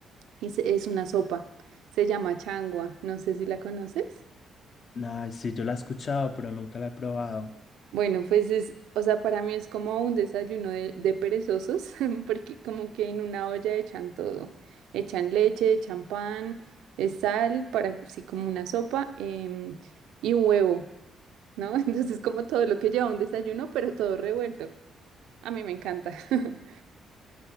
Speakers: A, on the right; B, on the left.
A: Es, es una sopa, se llama changua, no sé si la conoces.
B: Ay, sí, yo la he escuchado, pero nunca la he probado.
A: Bueno, pues es, o sea, para mí es como un desayuno de, de perezosos, <laughs> porque como que en una olla echan todo, echan leche, echan pan, eh, sal, para, sí, como una sopa, em, y huevo, ¿no? <laughs> Entonces como todo lo que lleva un desayuno, pero todo revuelto. A mí me encanta. <laughs>